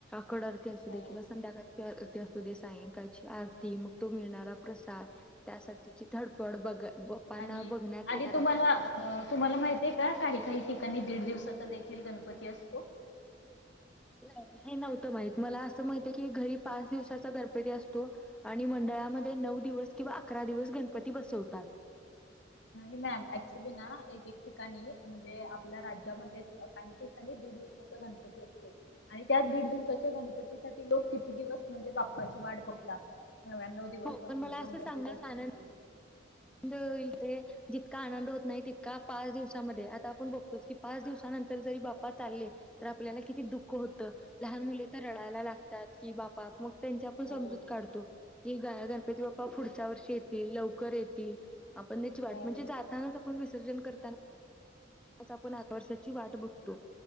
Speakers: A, in the centre; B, on the left (about 75°).
A: कडरते असू
B: हो
A: दे किंवा संध्याकाळ ते असू दे सायंकाळची आरती मग तो मिळणारा प्रसाद त्यासाठी तिची धडपड बघ बाप्पांना
B: आणि
A: बघण्यात येणार
B: आधी तुम्हाला अ तुम्हाला माहित आहे का काणी कााही ठिकाणी दीड दिवसाचा देखील गणपती असतो
A: नाही हे नव्हतं माहित मला असं माहित आहे की घरी पाच दिवसाचा गणपती असतो आणि मंडळा मध्ये नऊ दिवस किंवा अकरा दिवस गणपती बसवतात
B: नाही मॅम ऍक्च्युली ना एक एक ठिकाणी म्हणजे आपल्या राज्यामध्ये काही ठिकाणी दीड गपती असत आणि त्या दीड दिवसाच्या गणपती सा लोक किती दिवस म्हणजे बाप्पाची वा बघतात नव्या्णव दिवस
A: हो.
B: जे
A: पण मला
B: शंभर
A: असं सांगण्यात
B: दिवस जाते
A: आनंद होईल ते जितका आनंद होत नाही तितका पाच दिवसामध्ये आता आपण बघतो की पाच दिवसां नर जरी बाप् लले तर आपल्याला किती दुःख होत लहान मुले तर रडायला लागतात की बापा मग त्यांची आपण
B: हो
A: समजूत काढतो कि ग गणपती बाप्पा पुढच्या वर्षी येतील लवकर येतील आपण त्याची वाट
B: हो
A: म्हणजे
B: बरोबर
A: जातानाच आपण विसर्जन करताना आपण आठ वर्षांची वाट बघतो